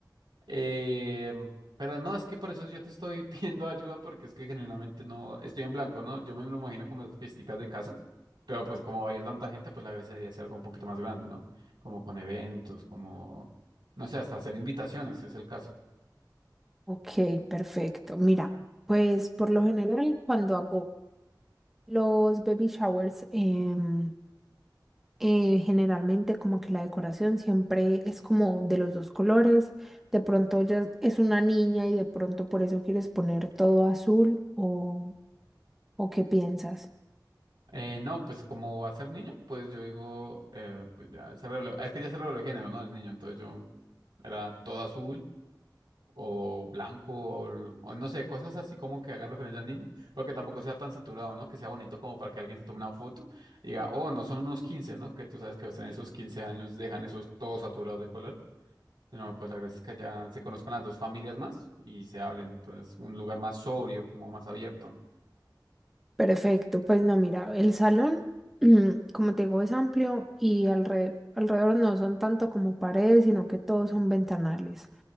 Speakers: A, on the right; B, in the centre.
A: Eh, pero no, es que por eso yo te estoy <laughs> pidiendo ayuda porque es que genuinamente no, estoy en blanco, ¿no? Yo me lo imagino como esas pisticas de casa, pero pues como va a ir tanta gente, pues la gracia sería hacer algo un poquito más grande, ¿no? Como con eventos, como, no sé, hasta hacer invitaciones, si es el caso.
B: Ok, perfecto. Mira, pues por lo general cuando hago los baby showers, em, eh, generalmente como que la decoración siempre es como de los dos colores. De pronto ya es una niña y de pronto por eso quieres poner todo azul o, ¿o qué piensas?
A: Eh, no, pues como va a ser niño, pues yo digo, eh, pues ya se reveló, es que ya se reveló el género, ¿no? El niño, entonces yo era todo azul. o blanco, o, o no sé, cosas así como que hagan referencia al niño, o que tampoco sea tan saturado, ¿no? Que sea bonito como para que alguien se tome una foto y diga, oh, no son unos quince ¿no? Que tú sabes que en esos 15 años dejan esos todos saturados de color. No, pues la gracia es que allá se conozcan las dos familias más y se hablen. Entonces, un lugar más sobrio, como más abierto.
B: Perfecto, pues no, mira, el salón, mm, como te digo, es amplio y alre- alrededor no son tanto como paredes, sino que todos son ventanales.